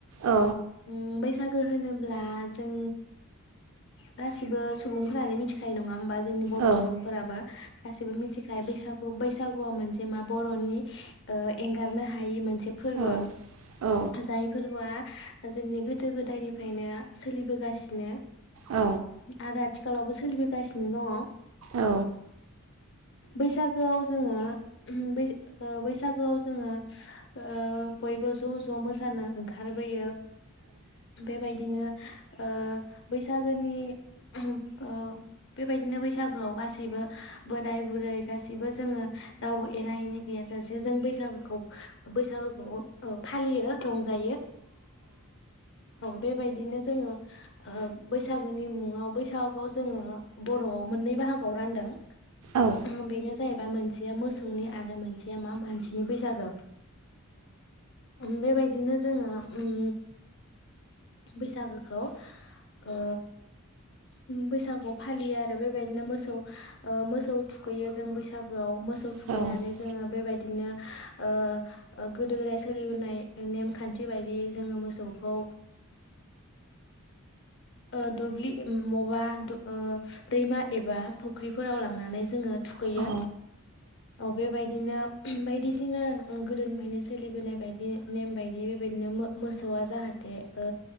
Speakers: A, on the right (about 70°); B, on the left (about 55°).
A: औ
B: ओम बैसाग गो होनोब्ला जों गासिबो सुबुंफोरानो मिखायो नङा होमबा? जोंनि बर
A: औ
B: सु बो गासैबो मोनथिखायो बैसागु बैसागु आ मा मोनसे बरनि ओ एंगारनो हायि मोनसे फोर्बो
A: औ औ
B: जाय फोर्बोआ जोंनि गोदो गोदायनिफ्रायनो सोलिबोगासिनो
A: औ
B: आर थिखालावबो सोलिबोगासिनो दङ ओ
A: औ
B: बैसागोआव जोङो ओ बैसागोआव जोङो ओ बयबो ज' ज' मोसानो ओंखारबोयो बेबायदिनो ओ बैसागोनि ओ बेबायदिनो बैसागोआव गासिबो बोराय बुरै गासिबो जोङो। रावबो एना एनि गैयााजासे जों बैसागोखौ बैसागोखौ फालियो रंजायो औ बेबायदिनो जोङो ओ बैसागोनि मुङाव बैसागुखौ जोङो बरआव मोननै बाहागो खौ रानदों
A: औ
B: बेनो जाय बा मोनसेया मोसौनि आरो मोनसेया मा मानसिनि बैसागो ओम बेबाय नो जोंङो ओम बैसागोखौ ओ बैसागोखौ फालियो आरो बेबायदिनो मोसो सौ ओ मोसौ थुखैयो जों बैसागोआव मोसौ
A: औ
B: थुखैनानै जोङो बेबायदिनो ओ गोदो गोदाय सोलिबोनाय नेमखान्थि बायदिय जोङो मोसौखौ ओ दुब्लि मबा ओ दैमा एबा फुख्रिफोराव लांनानै जोङो थुखैयो
A: औ
B: औ बेबाय बिदिनो बायदिसिना ओ गोदोनिफ्रायनो सोलिबोनाय बायदि नेम बायदि बेबायदिनो मोसौआ जाहाथे ओ